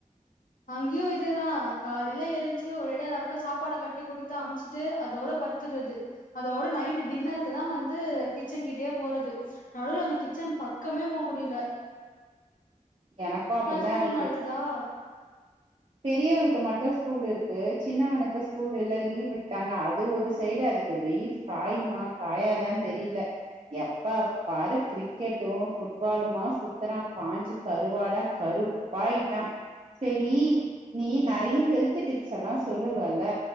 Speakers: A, on the left; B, on the right.
A: அங்யு இதேதா நா காலைல எழுஞ்ச்சு ஒரேடியா எல்லாருக்கு சாப்பாட கட்டி குடுத்து அம்ச்சுட்டு அதோட பட் சுத்றுது அதோட நைட்டு டின்னருக்குதா வந்து கிச்சன் கிட்யே போறது நடுவ்ல அந்த கிச்சன் பக்கமே போ முடிய்ல
B: எனக்கு அப்புடிதா
A: ஸ்கூல்
B: இருக்கு
A: நடக்குதா
B: பெரியவளுக்கு மட்டு ஸ்கூல் இருக்கு சின்னவனுக்கு ஸ்கூல் இல்ல லீவ் விட்டாங்க அது ஒரு சைடு அதுக்கு வெயில் காயுமா காயாதான் தெரிய்ல எப்பப்பாரு கிரிக்கெட்டு ஃபுட்பாலுமா சுத்துறா காஞ்சு கருவாடா கருப்பாயிட்டா செரி நீ நறைய ஹெல்த்து டிப்ஸ்எல்லா சொல்லுவல